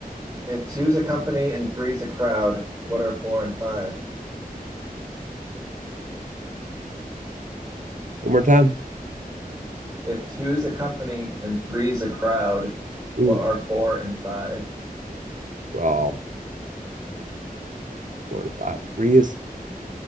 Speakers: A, on the right; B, on the right.
A: If two's a company and three's a crowd, what are four and five?
B: One more time.
A: If two's a company and three's a crowd, what
B: Ooh,
A: are four and five?
B: well, four and five. Three is